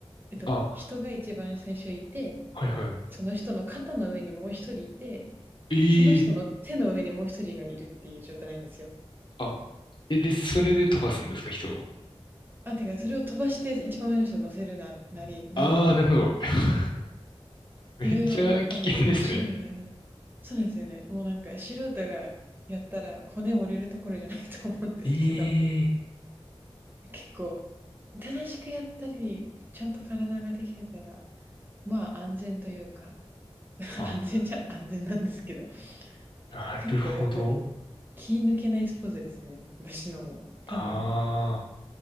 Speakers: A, on the right; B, on the left.
A: えっと、
B: あ、
A: 人が一番最初いて、
B: はいはい。
A: その人の肩の上にもう一人いて、
B: ええ
A: その人の手の上にもう一人がいるっていう状態なんですよ。
B: あ、え、で、それで飛ばすんですか、人を。
A: あ、てか、それを飛ばして一番上の人を乗せるな、なり、なんなりっていう、
B: ああ、なるほど。<laughs> めっちゃ危険ですね。
A: いろいろ、あの、種類がある。そうなんですよね。もうなんか、素人がやったら骨折れるところじゃないと思うんですけど、
B: ええ
A: 結構、正しくやったり、ちゃんと体ができてたら、まあ安全というか、<laughs> 安全じゃ安全なんですけど、
B: あ、なるほど。
A: 結構やっぱり気抜けないスポーツですね。私のも。多分、
B: ああ、